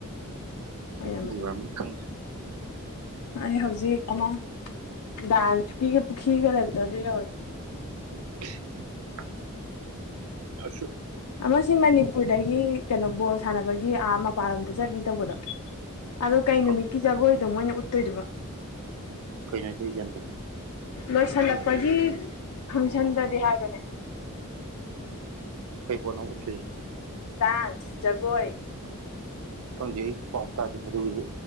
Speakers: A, on the left; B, on the right.
A: ꯑꯣꯏꯔꯝꯃꯅꯤ
B: ꯕꯤ ꯑꯣꯏꯔꯝꯅꯤ ꯈꯪꯗ꯭ꯔꯦ
A: ꯑꯩ ꯍꯧꯖꯤꯛ ꯑꯃ ꯗꯥꯟꯁꯀꯤꯒ ꯄꯨꯈ꯭ꯔꯤꯒ ꯂꯩꯕꯗꯣ ꯑꯗꯣ ꯌꯧꯔꯦ
B: <inaudible> ꯑꯁꯨ
A: ꯑꯃ ꯁꯤ ꯃꯅꯤꯄꯨꯔꯗꯒꯤ ꯀꯩꯅꯣ ꯕꯣꯜ ꯁꯥꯟꯅꯕꯒꯤ ꯑꯥ ꯃꯄꯥꯅꯂꯝꯗ ꯆꯠꯅꯤ ꯇꯧꯕꯗꯣ ꯑꯗꯣ ꯀꯩ ꯅꯨꯃꯤꯠꯀꯤ
B: ꯈꯪꯗꯦ
A: ꯖꯒꯣꯏꯗꯣ ꯃꯣꯏꯅ ꯎꯠꯇꯣꯏꯗꯨꯕꯣ
B: ꯀꯩꯅꯣ ꯍꯥꯏꯁꯦ ꯑꯩ ꯒ꯭ꯌꯥꯟ ꯇꯥ
A: ꯂꯣꯏꯁꯜꯂꯛꯄꯒꯤ
B: ꯈꯪꯗꯦ
A: ꯐꯪꯁꯟꯗꯗꯤ ꯍꯥꯏꯕꯅꯦ
B: ꯀꯩꯄꯣꯠꯅꯣꯕ ꯎꯠꯇꯣꯏꯁꯦ
A: ꯗꯥꯥꯟꯁ ꯖꯒꯣꯏ
B: ꯈꯪꯗꯦ ꯑꯩ ꯄꯥꯎ ꯇꯥꯗꯦ ꯑꯗꯨꯒꯤꯗꯤ